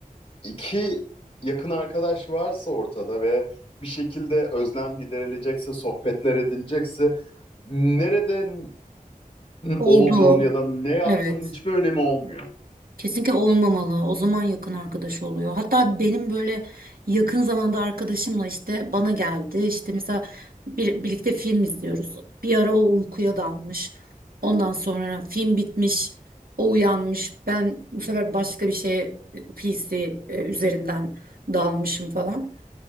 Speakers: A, on the left; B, on the right.
A: iki yakın arkadaş varsa ortada ve bir şekilde özlem giderilecekse, sohbetler edilecekse nereden
B: Oldu.
A: olduğun ya da ne yaptığının
B: Evet.
A: hiçbir önemi olmuyor.
B: Kesinlikle olmamalı. O zaman yakın arkadaş oluyor. Hatta benim böyle yakın zamanda arkadaşımla işte bana geldi. İşte mesela bir, birlikte film izliyoruz. Bir ara o uykuya dalmış. Ondan sonra film bitmiş. O uyanmış. Ben bu sefer başka bir şeye e, PC e, üzerinden dalmışım falan.